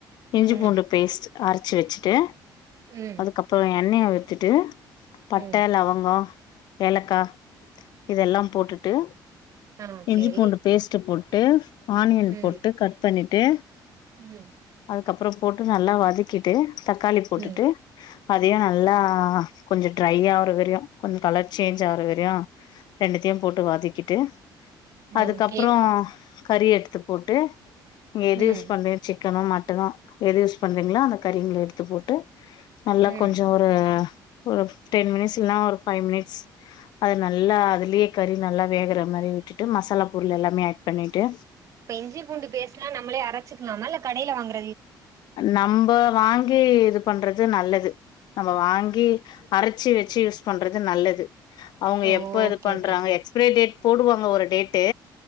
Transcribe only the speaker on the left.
இஞ்சி
பூண்டு பேஸ்ட்டு அரைச்சு வச்சுட்டு
அதுக்கப்புறோ எண்ணைய ஊத்துட்டு பட்ட
லவங்கோ ஏலக்கா இதெல்லாம் போட்டுட்டு
இஞ்சி
பூண்டு பேஸ்ட்டு போட்டு ஆனியன்
போட்டு கட் பண்ணிட்டு
அதுக்கப்புறோ போட்டு நல்லா வதக்கிட்டு தக்காளி போட்டுட்டு
அதயும்
ந ல்லா கொஞ்சோ ட்ரை ஆவுற வரையு கொஞ்சோ கலர் சேஞ்ச் ஆவுற வரையு ரெண்டுத்தையும் போட்டு வதக்கிட்டு அதுக்கப்புறோ
கறி எடுத்து போட்டு நீ எது
யூஸ் பண்றீயோ சிக்கனோ மட்டனோ எது யூஸ் பண்றீங்களோ அந்த கறிங்களை எடுத்து போட்டு நல்லா
கொஞ்சோ ஒரு ஒரு டென் மினிட்ஸ் இல்ன்னா ஒரு ஃபைவ் மினிட்ஸ் அது நல்லா அதுலயே கறி நல்லா வேகுற மாரி விட்டுட்டு மசாலா பொருள் எல்லாமே ஆட் பண்ணிட்டு
நம்ப வாங்கி இது பண்றது நல்லது நம்ம வாங்கி அரைச்சு வச்சு யூஸ் பண்றது நல்லது அவுங்க
எப்ப இது
பண்றாங்க
எக்ஸ்பரை டேட் போடுவாங்க ஒரு டேட்டு